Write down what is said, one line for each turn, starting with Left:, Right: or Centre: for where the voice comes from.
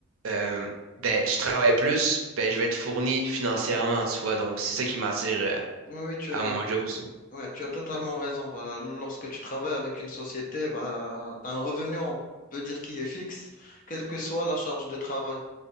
Right: euh, ben, je travaille plus, ben, je vais être fourni financièrement, tu vois. Donc, c'est
Left: mhm,
Right: ça qui
Left: ouais.
Right: m'attire euh,
Left: Oui, oui, tu
Right: à
Left: as,
Right: mon job aussi.
Left: Ouais, tu as totalement raison. Bah, lorsque tu travailles avec une société, bah, tu as un revenu, on peut dire, qui est fixe, quelle que soit la charge de travail.